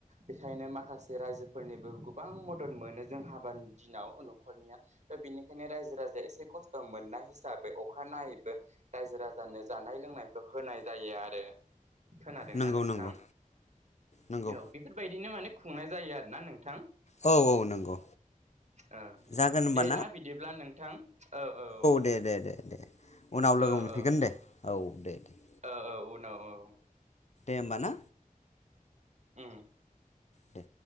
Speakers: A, on the right (about 55°); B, on the left (about 50°).
A: बेखायनो माखासे रायजोफोरनिबो गोबां मदद मोनो जों हाबानि दिनाव न'खरनिया त' बेनिखायनो रायजो राजाया एसे खस्थ' मोननाय हिसाबै अखानायैबो रायजो राजानो जानाय लोंनायखौ होनाय जायो आरो। खोनादोंना
B: नंगौ
A: नों--!
B: नंगौ
A: थां
B: नंगौ
A: औ बेफोरबायदिनो माने खुंनाय जायो आरोना नोंथां
B: औ औ नंगौ
A: ओ
B: जागोन होमबा
A: दे ना बिदिब्ला नोंथां औ औ
B: दे दे दे दे उनाव लोगो
A: औ
B: मोनफैगोन
A: औ
B: दे औ दे दे
A: औ औ उनाव औ
B: दे होमबा ना
A: उम
B: दे